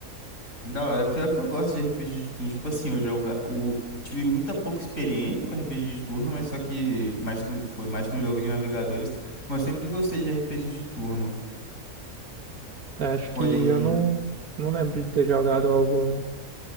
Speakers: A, on the left (about 60°); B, on the right (about 75°).
A: Da hora, pior que eu gosto de RPG de turno. Tipo assim, eu joga... o... tive muita pouca experiência com RPG de turno, mas só que mais com... foi mais com jogos de navegadores. Mas eu sempre gostei de RPG de turno.
B: Eu acho
A: Porém,
B: que eu não, não lembro de ter jogado algum